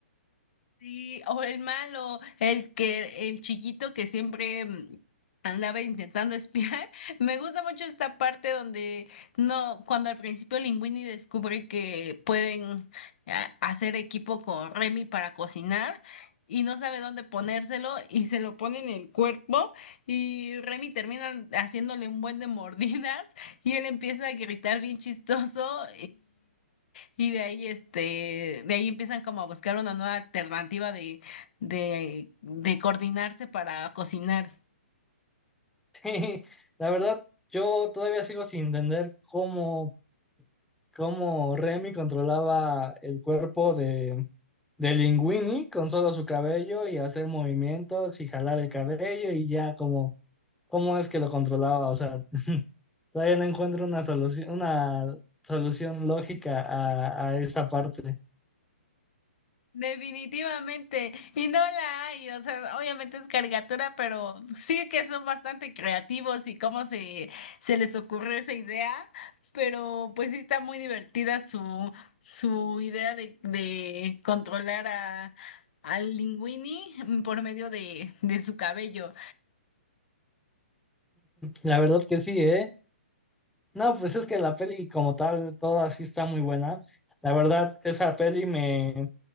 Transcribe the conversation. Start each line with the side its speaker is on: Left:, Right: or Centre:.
Left: Sí, o el malo, el que, el chiquito que siempre mm, andaba intentando espiar. <laughs> Me gusta mucho esta parte donde no, cuando al principio Linguini descubre que pueden a- hacer equipo con Remy para cocinar y no sabe dónde ponérselo y se lo pone en el cuerpo y Remy termina haciéndole un buen de mordidas y él empieza a gritar bien chistoso y de ahí, este, de ahí empiezan como a buscar una nueva alternativa de, de, de coordinarse para cocinar.
Centre: Sí, la verdad, yo todavía sigo sin entender cómo cómo Remy controlaba el cuerpo de, de Linguini con solo su cabello y hacer movimientos y jalar el cabello y ya como cómo es que lo controlaba. O sea, todavía no encuentro una solución, una solución lógica a, a esa parte.
Left: Definitivamente, y no la hay, o sea, obviamente es caricatura, pero sí que son bastante creativos y cómo se, se les ocurrió esa idea, pero pues sí está muy divertida su, su idea de, de controlar a, al Linguini por medio de, de su cabello.
Centre: La verdad que sí, ¿eh? No, pues es que la peli como tal, toda sí está muy buena. La verdad, esa peli me,